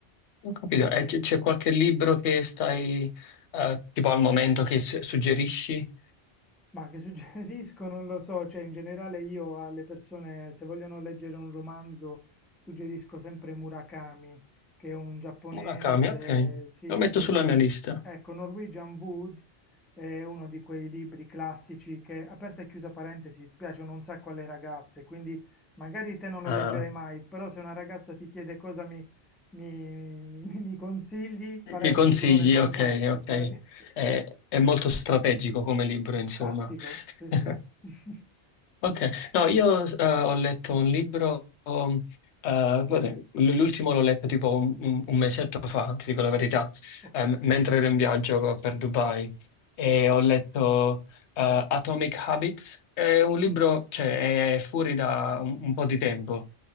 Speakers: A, on the left; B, in the centre.
A: Ho capito. E c- c'è qualche libro che stai, eh, tipo al momento che s- suggerisci?
B: Ma che suggerisco? Non lo so, cioè in generale io alle persone, se vogliono leggere un romanzo, suggerisco sempre Murakami, che è un giapponese,
A: Murakami, ok.
B: sì,
A: Lo metto
B: che...
A: sulla mia lista.
B: Ecco, Norwegian Wood è uno di quei libri classici che, aperta e chiusa parentesi, piacciono un sacco alle ragazze, quindi magari te non lo
A: Ah,
B: leggerai mai, però se una ragazza ti chiede cosa mi, mi, mi- mi consigli, farei
A: mi
B: un
A: consigli?
B: figurone con
A: Ok,
B: questo,
A: ok.
B: farei <laughs>
A: È, è molto strategico come libro, insomma.
B: tattico, sì
A: <laughs>
B: sì. <laughs>
A: Ok, no, io eh, ho letto un libro, um, eh, guarda, l- l'ultimo l'ho letto tipo un, un- un mesetto fa, ti dico la
B: Sì,
A: verità,
B: ok.
A: ehm, mentre ero in viaggio per Dubai e ho letto eh, Atomic Habits, è un libro, cioè, è fuori da un, un po' di tempo,